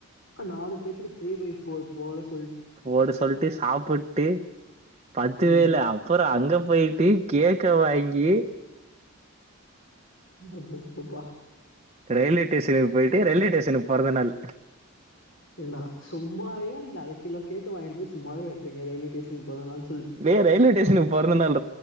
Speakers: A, on the left (about 60°); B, on the right (about 30°).
A: நாலு பேத்துக்கு த்ரீ பை போர் போட சொ
B: போட சொல்ட்டு சாப்புட்டு பத்தவேல
A: ம்
B: அப்புறம் அங்க போயிட்டு கேக்க வாங்கி
A: எப்பப்பப்பா
B: ரயில்வே ஸ்டேஷனுக்கு போயிட்டு ரயில்வே ஸ்டேஷனுக்கு பிறந்த நாள்
A: ஏண்டா சும்மாவியா நீங்க அரை கிலோ கேட்கு வாங்கிட்டு போய் சும்மாவே வெற்றிங்க ரயில்வே ஸேஷன்க்கு பொறந்தநாள்
B: வே ரயில்வேஸ்டேஷனுக்குபொறந்ததுனாலு